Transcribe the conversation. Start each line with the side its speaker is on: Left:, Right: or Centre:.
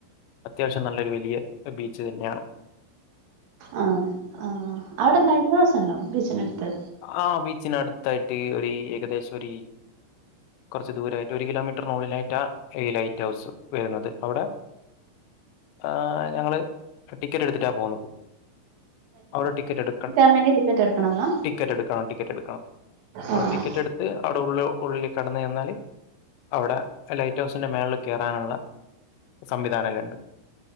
Left: അത്യാവശ്യം നല്ലൊരു വലിയ ബീച്ച് തന്നെയാണ്
Right: ആഹ് ആഹ് അവിടെ ലൈറ്റ് ഹൗസ് ഉണ്ടോ ബീച്ചിനടുത്ത്
Left: ആഹ് ബീച്ചിനടുത്തായിട്ട് ഒരു ഏകദേശം ഒരു കുറച്ച് ദൂരമായിട്ട് ഒരു കിലോമീറ്റർ റ്ററുള്ളിലായിട്ടാ ഈ ലൈറ്റ് ഹൗസ് വരുന്നത് അവിടെ ഏഹ് ഞങ്ങള് ടിക്കറ്റ് എടുത്തിട്ടാണ് പോകുന്നത് അവിടെ ടിക്കറ്റ് എടുക്കണം
Right: നെ ടിക്കറ്റ് എടുക്കണന്നാ
Left: ടിക്കറ്റ് എടുക്കണം ടിക്കറ്റ് എടുക്കണം
Right: ആഹ്
Left: അടെ ടിക്കറ്റ് എടുത്ത് അവിടെ ഉള്ളിൽ ഉള്ളിൽ കെടന്ന് ചെഞ്ഞാൽ അവിടെ ലൈറ്റ് ഹൗസിന്റെ മേളില് കയറാനുള്ള സംവിധാനല്ലുണ്ട്